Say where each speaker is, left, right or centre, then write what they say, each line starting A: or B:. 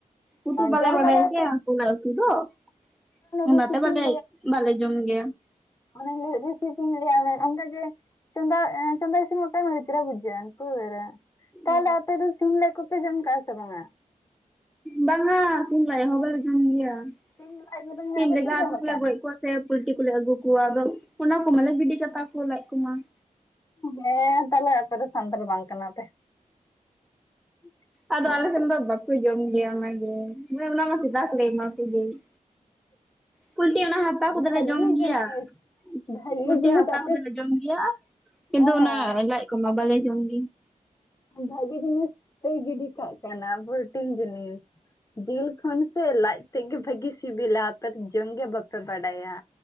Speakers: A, in the centre; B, on the left (about 20°).
A: ᱩᱛᱩ ᱵᱟᱞᱮ
B: ᱡᱚᱢ
A: ᱵᱟᱰᱟᱭ
B: ᱞᱟᱜᱟᱣ
A: ᱥᱮ
B: ᱛᱮ
A: ᱦᱟᱹᱠᱩ ᱞᱟᱡ ᱩᱛᱩ ᱫᱚ ᱾ ᱚᱱᱟ
B: ᱨᱮᱥᱤᱯᱤᱧ
A: ᱛᱮ ᱵᱟᱞᱮ, ᱵᱟᱞᱮ ᱡᱚᱢ ᱜᱮᱭᱟ ᱾
B: ᱚᱱᱮ ᱞᱟᱹᱭ ᱮᱫ ᱨᱤᱥᱤᱯᱤᱧ ᱞᱟᱹᱭᱟᱜ ᱢᱮ ᱚᱱᱠᱟ ᱜᱮ ᱪᱚᱫᱟ ᱪᱚᱫᱟ ᱤᱥᱤᱱ ᱢᱚᱴᱮ ᱟᱹᱰᱤ ᱪᱮᱨᱦᱟ ᱵᱩᱡᱷᱟᱜᱼᱟ <unintelligible> ᱨᱮ ᱾ ᱛᱟᱦᱚᱞᱮ
A: ᱚ,
B: ᱟᱯᱮ ᱫᱚ ᱥᱤᱢ ᱞᱟᱡ ᱠᱚᱯᱮ ᱡᱚᱢ ᱠᱟᱜᱼᱟ ᱥᱮ ᱵᱟᱝᱼᱟ?
A: ᱵᱟᱝᱼᱟ ᱥᱤᱢ ᱞᱟᱡ ᱦᱚᱸ ᱵᱟᱞᱮ ᱡᱚᱢ ᱜᱮᱭᱟ
B: ᱥᱤᱢ
A: ᱾
B: ᱞᱟᱡ ᱠᱚᱫᱚ ᱢᱮᱱᱟᱜ
A: ᱥᱤᱢ
B: ᱵᱟᱯᱮ
A: ᱞᱮᱜᱟ
B: ᱡᱚᱢ
A: ᱟᱹᱛᱩ
B: ᱠᱟᱜᱼᱟ
A: ᱠᱚᱨᱮ ᱜᱚᱡ ᱠᱚᱣᱟ ᱥᱮ ᱯᱚᱞᱴᱤ ᱠᱚᱞᱮ ᱟᱹᱜᱩ ᱠᱚᱣᱟ ᱟᱫᱚ ᱚᱱᱚ ᱠᱚ ᱢᱟᱞᱮ ᱜᱤᱰᱤ ᱠᱟᱛᱟ ᱠᱚ ᱞᱟᱡ ᱠᱚᱢᱟ ᱾
B: ᱦᱮᱸ ᱛᱟᱦᱚᱞᱮ ᱟᱯᱮ ᱫᱚ ᱥᱟᱱᱛᱟᱲ ᱵᱟᱝ ᱠᱟᱱᱟ ᱯᱮ ᱾ <unintelligible>
A: ᱟᱫᱚ ᱟᱞᱮ ᱥᱮᱱ ᱫᱚ ᱵᱟᱠᱚ ᱡᱚᱢ ᱜᱮᱭᱟ ᱚᱱᱟ ᱜᱮ ᱵᱚᱞᱮ ᱚᱱᱟ ᱢᱟ ᱥᱮᱛᱟ ᱠᱚᱞᱮ ᱮᱢᱟ ᱠᱚᱜᱮ ᱾ ᱯᱚᱞᱴᱤ ᱚᱱᱟ ᱦᱟᱨᱛᱟ ᱠᱚᱫᱚ
B: ᱵᱷᱟᱹᱜᱤ
A: ᱞᱮ ᱡᱚᱢ ᱜᱮᱭᱟ
B: ᱡᱤᱱᱤᱥ
A: ᱾
B: ᱵᱷᱟᱹᱜᱤ
A: ᱯᱚᱞᱴᱤ
B: ᱡᱤᱱᱤᱥ
A: ᱦᱟᱨᱛᱟ
B: ᱟᱯᱮ
A: ᱠᱚᱫᱚ ᱞᱮ ᱡᱚᱢ ᱜᱮᱭᱟ ᱠᱤᱱᱛᱩ
B: ᱦᱮᱸ
A: ᱚᱱᱟ ᱞᱟᱡ ᱠᱚᱢᱟ ᱵᱟᱞᱮ ᱡᱚᱢ ᱜᱮ ᱾
B: ᱵᱷᱟᱜᱮ ᱡᱤᱱᱤᱥ ᱯᱮ ᱜᱤᱰᱤ ᱠᱟᱜ ᱠᱟᱱᱟ ᱯᱨᱚᱴᱤᱱ ᱡᱤᱱᱤᱥ ᱾ ᱡᱤᱞ ᱠᱷᱚᱱ ᱥᱮ ᱞᱟᱡ ᱛᱮᱫ ᱜᱮ ᱵᱷᱟᱹᱜᱤ ᱥᱤᱵᱤᱞᱟ ᱾ ᱟᱯᱮ ᱫᱚ ᱡᱚᱢ ᱜᱮ ᱵᱟᱯᱮ ᱵᱟᱰᱟᱭᱟ,